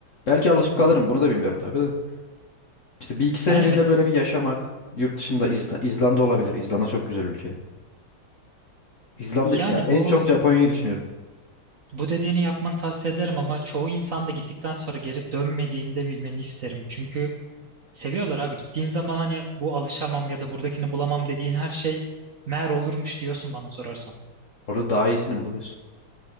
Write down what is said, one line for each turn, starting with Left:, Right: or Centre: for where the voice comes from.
Left: Belki alışıp kalırım
Right: Hı hı.
Left: bunu da bilmiyorum tabii de. İşte bir iki seneliğine
Right: Yani mes
Left: böyle bir yaşamak. Yurt dışında İzla- İzlanda olabilir. İzlanda çok güzel ülke. İzlanda
Right: yani
Left: ya en
Right: bu
Left: çok Japonya'yı düşünüyorum.
Right: bu dediğini yapmanı tavsiye ederim ama çoğu insan da gittikten sonra geri dönmediğini de bilmeni isterim. Çünkü Seviyorlar abi. Gittiğin zaman hani bu alışamam ya da buradakini bulamam dediğin her şey meğer olurmuş diyorsun bana sorarsan.
Left: Orada daha iyisini mi buluyorsun.